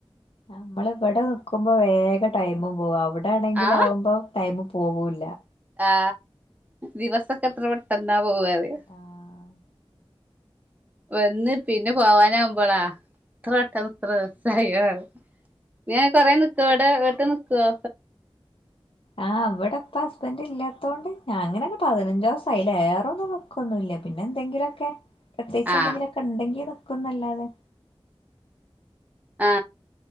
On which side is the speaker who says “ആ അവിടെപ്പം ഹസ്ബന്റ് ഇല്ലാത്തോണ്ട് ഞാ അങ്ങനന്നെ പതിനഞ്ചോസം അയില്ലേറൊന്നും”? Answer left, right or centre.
Left